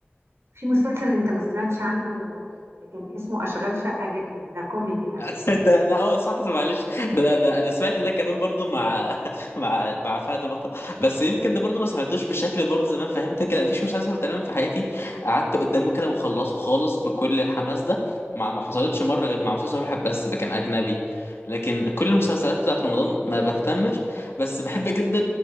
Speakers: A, on the right (about 85°); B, on the left (about 70°).
A: في مسلسل انت ما سمعتش عنه كان اسمه أشغال شقة جدا ده كوميدي على
B: <laughs>
A: فكرة
B: ده ده هو صح معلش ده, ده ده انا سمعت ده كمان برضو مع <laughs> مع مع فهد البطل بس يمكن ده برضو ما سمعتوش بشكل برضو زمان فهمت كده مفيش مسلسل تقريبا في حياتي قعدت قدامه كده وخلصه خالص بكل الحماس ده مع ما حصلتش مره غير مع مسلسل واحد بس ده كان اجنبي لكن كل المسلسلات بتاعت رمضان ما بهتمش بس بحب جدا